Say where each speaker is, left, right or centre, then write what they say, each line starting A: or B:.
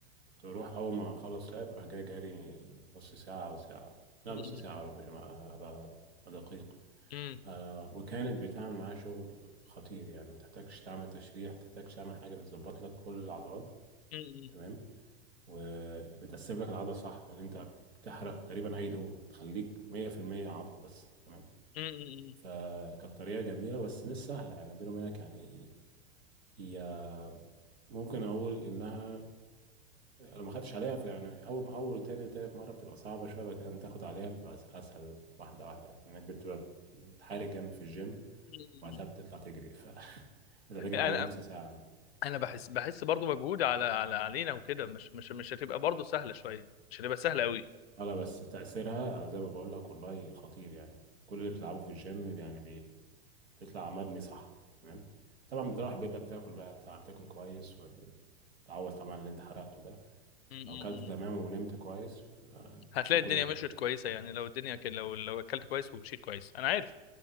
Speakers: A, on the right; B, on the left.
A: كنت بروح اول ما اخلص لعب راح جاي جاري نص ساعه او ساعه لا
B: م-
A: نص ساعه يا رب عشان ابقى أبقى دقيق
B: م-
A: آه وكانت بتعمل معايا شغل خطير يعني ما تحتاجش تعمل تشريح ما تحتاجش تعمل حاجه بتظبط لك كل العضلات
B: م- م-
A: تمام وبتقسم لك العضله صح لان انت بتحرق تقريبا اي دهون بتخليك 100% عضل بس تمام
B: م- م-
A: فكانت طريقه جميله بس مش سهله يعني بيني وبينك يعني هي ممكن اقول انها لو ما خدتش عليها في يعني اول ما اول تاني وتالت مره بتبقى صعبه شويه بعد كده لما تاخد عليها بتبقى أس- اسهل واحده واحده انك بتبقى بتحارب جامد في الجيم
B: م-
A: وبعدها
B: م-
A: بتطلع تجري ف <laughs> بتطلع تجري
B: م-
A: حوالي نص ساعه
B: انا بحس بحس برضو مجهود على على علينا وكده مش مش مش هتبقى برضو سهله شويه مش هتبقى سهله قوي
A: اه لا بس تاثيرها زي ما بقول لك والله خطير يعني كل اللي بتلعبه في الجيم يعني بي- بيطلع مبني صح تمام طبعا بتروح بيبقى بتاكل بقى طبعا بتاكل كويس وتعوض طبعا اللي انت حرقته ده
B: امم
A: لو اكلت تمام ونمت كويس ف-
B: هتلاقي
A: ده كل
B: الدنيا
A: المطلوب
B: مشيت
A: يعني
B: كويسه يعني لو الدنيا ك... لو لو اكلت كويس ومشيت كويس انا عارف